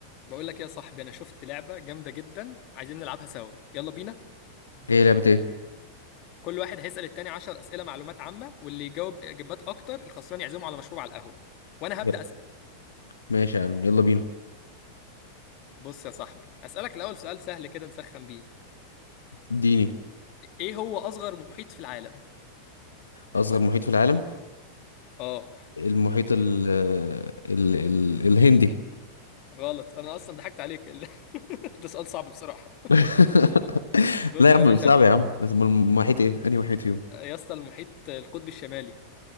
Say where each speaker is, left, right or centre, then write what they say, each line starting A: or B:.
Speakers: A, on the left (about 40°); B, on the left (about 75°).
A: بقول لك يا صاحبي انا شفت لعبه جامده جدا عايزين نلعبها سوا يلا بينا
B: هي لعبة ايه؟
A: كل واحد هيسأل التاني 10 اسئله معلومات عامه واللي يجاوب اجابات اكتر الخسران يعزمه على مشروب على القهوه وانا
B: يلا.
A: هبدأ أسأل
B: ماشي يا عم يلا بينا
A: بص يا صاحبي أسألك الاول سؤال سهل كده نسخن بيه
B: اديني
A: ايه هو اصغر محيط في العالم
B: أصغر محيط في العالم
A: اه
B: المحيط ال ال ال الهندي
A: غلط انا اصلا ضحكت عليك <laughs> ده سؤال صعب بصراحه
B: <laughs>
A: بص
B: لا يا عم
A: يا باشا
B: صعب يا عم بس أمال المحيط ايه؟ أنهي محيط فيهم؟
A: يا اسطى المحيط القطبي الشمالي